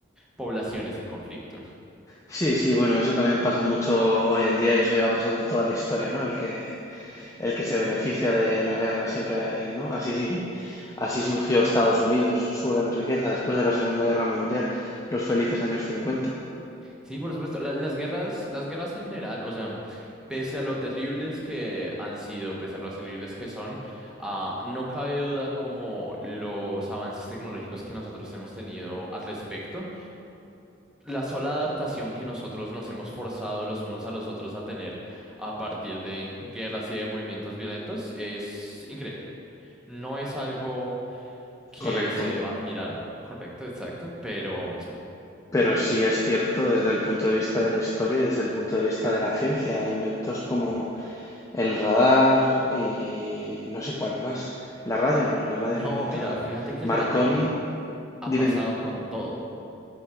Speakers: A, in the centre; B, on the left (about 15°).
A: poblaciones en conflicto.
B: Sí, sí, bueno, eso también pasa mucho hoy en día y eso lleva pasando toda la historia, ¿no? El que, el que se beneficia de la guerra siempre hay alguien, ¿no? Así sí, así surgió Estados Unidos, su gran riqueza después de la Segunda Guerra Mundial, los felices años cincuenta.
A: Sí, por supuesto. la- las guerras, las guerras en general, o sea, pese a lo terribles que han sido, pese a lo terribles que son, ah, no cabe duda como los avances tecnológicos que nosotros hemos tenido al respecto, la sola adaptación que nosotros nos hemos forzado los unos a los otros a tener a partir de guerras y de movimientos violentos es increíble. No es algo que
B: Correcto,
A: se deba admirar, correcto, exacto, pero
B: pero sí es cierto desde el punto de vista de la historia, y desde el punto de vista de la ciencia, inventos como
A: <clears throat>
B: el radar y no sé cuál más. La radio no, la radio
A: no,
B: la inventa
A: mira, fíjate que
B: Marconi.
A: realmente ha
B: Dime,
A: pasado
B: dime.
A: con todo.